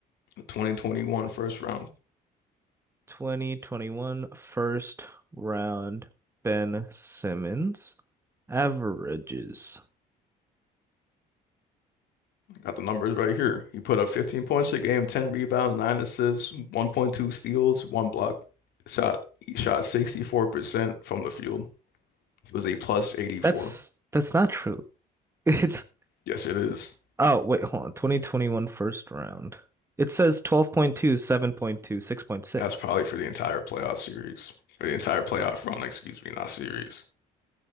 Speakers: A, on the left (about 75°); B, on the right (about 15°).
A: 2021 first round.
B: Twenty twenty one first round Ben Simmons averages.
A: Got the numbers right here. He put up 15 points a game, 10 rebounds, 9 assists, 1.2 steals, 1 block. Shot he shot 64% from the field. It was a plus 84.
B: That's that's not true. <laughs> It's
A: Yes, it is.
B: Oh, wait, hold on. 2021 first round. It says twelve point two, seven point two, six point six.
A: That's probably for the entire playoff series. For the entire playoff run, excuse me, not series.